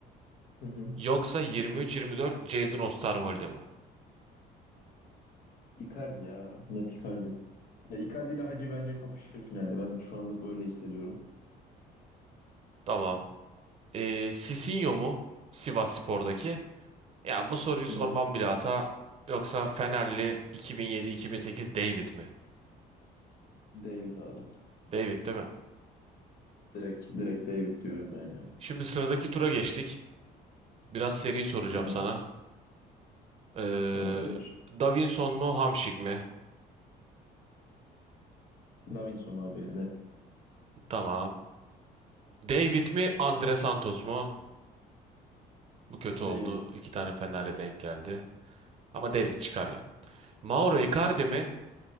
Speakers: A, on the left (about 65°); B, on the right (about 35°).
A: Hı hı.
B: Yoksa 23-24 Jadon Osterwolde mi?
A: Icardi ya. Net Icardi. Ya Icardi ile Hacı bence kapışır finalde. Ben şu anlık öyle hissediyorum.
B: Tamam. E, Sisinho mu? Sivasspor'daki. Ya bu soruyu
A: Hı
B: sormam
A: hı.
B: bile hata. Yoksa Fenerli 2007-2008 David mi?
A: David abi.
B: David değil mi?
A: Direkt, direkt David diyorum ben ya.
B: Şimdi sıradaki tura geçtik. Biraz seri soracağım
A: Tamamdır.
B: sana. Ee,
A: Tamamdır.
B: Davinson mu, Hamşik mi?
A: Davinson abi net.
B: Tamam. David mi, Andre Santos mu? Bu kötü oldu.
A: David.
B: İki tane Fener'le denk geldi. Ama David çıkar yani. Mauro Icardi mi,